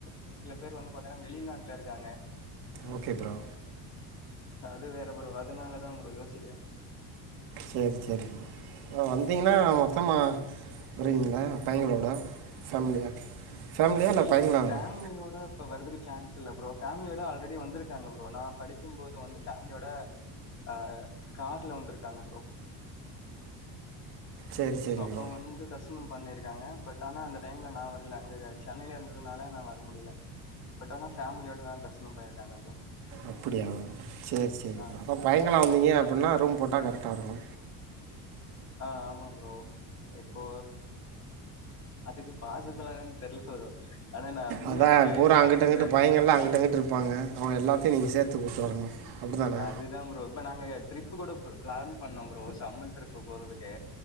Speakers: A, on the left (about 40°); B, on the right (about 65°).
A: ஒரு சில பேர் வந்து பாத்தீங்கன்னா வெளிநாட்டுல இருக்காங்க
B: ஓகே ப்ரோ
A: சோ அது வேற ப்ரோ அதனாலதா ப்ரோ யோசிக்கிறே
B: சரி சரி வந்தீங்கன்னா மொத்தமா வருவீங்களா பையங்களோட ஃபேமிலியா ஃபேமிலியா இல்லை
A: இல்ல
B: பையங்களா
A: ப்ரோ ஃபேமிலியோட
B: வரும்
A: இப்ப வறதுக்கு சான்ஸ் இல்ல ப்ரோ ஃபேமிலியோட ஆல்ரெடி வந்திருக்காங்க ப்ரோ நா படிக்கும்போது வந்து பேமிலியோட அஹ் கார்ல வந்திருக்காங்க ப்ரோ
B: சரி சரி
A: சோ அப்ப
B: ப்ரோ
A: வந்து தரிசனம் பண்ணிருக் க்கா பட் ஆன அந்த டைம்ல நா வர்ல அங்க சென்னையில இருந்ததுனால நா வர முடியல பட் ஆன ஃபேமலியோடது தசனம் பொயிருக்காங்க ப்ரோ
B: அப்படியா சரி சரி
A: ஆ
B: அப்ப பையங்கலா வந்தீங்க அப்படின்னா ரூம் போட்டா கரெக்டா இருக்கு
A: ஆ ஆமா புரோ ப்ரோ இப்போ அதுக்கு பாசிபிளானு தெர்ல ப்ரோ ஆனா நா மீனாட்சிய
B: அதா பூரா
A: எப்டியு
B: அங்கிட்ட அங்கட்டு
A: இந்த
B: பையங்கள் எல்லா அங்கட்டு அங்கட்டு இருப்பாங்க அவங்க எல்லாத்தையும் நீங்க சேத்து கூட்டு வரணும் அப்படி தானே
A: அது தா ப்ரோ இப்ப நாங்க ட்ரிப் கூட பிளான் பண்ணோம் ப்ரோ அம்மன் ட்ரிப் போறதுக்கு